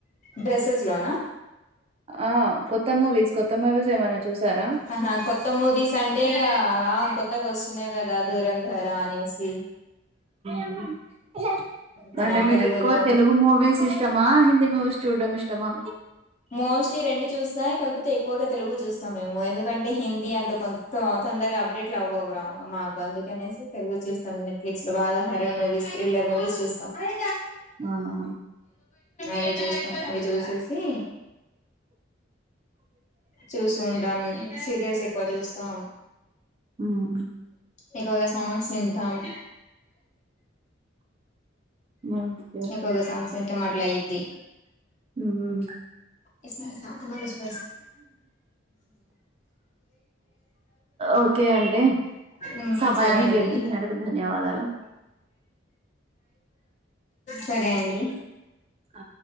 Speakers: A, on the left (about 40°); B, on the right (about 30°).
A: డ్రెస్సెస్ లోనా
B: ఆ కొత్త మూవీస్ కొత్త మూవీస్ ఏమైనా చూసారా
A: ఆహా కొత్త మూవిస్ అంటే ఇగ కొత్త కొత్తగా వస్తున్నాయి కదా దూరం ధర అనేసి
B: ఉమ్
A: మన
B: అంటే
A: తెలుగులో
B: మీకు ఎక్కువ తెలుగు మూవీస్ ఇష్టమా హిందీ మూవీస్ చూడడం ఇష్టమా
A: మోస్ట్లీ రెండు చూస్తా కాకపోతే ఎక్కువగా తెలుగు చూస్తాం మేము ఎందుకంటే హిందీ అంత కొంత తొందరగా అప్డేట్ రావ్ రావు మాకు అందుకనేసి తెలుగు చూస్తాం నెట్ ఫ్లిక్స్ లో బాగా హార్రర్ మూవీస్ విళ్ళ మూవీస్ చూస్తాం అ
B: అవునా
A: అవి చూస్తాం అవి చూసేసి చూస్తుంటాం. సీరియల్స్ ఎక్కువ చూస్తాం
B: హ్మ్.
A: ఎక్కువగా సాంగ్స్ వింటాం
B: ఓకే
A: ఎక్కువగా సాంగ్స్ వింటాం అట్లా అయింది
B: హ్మ్.
A: ఉమ్
B: ఓకే అండి
A: ఉమ్
B: సమయాన్ని
A: సరే అండి
B: కేటాయించినందుకు ధన్యవాదాలు
A: సరే అండి
B: ఆ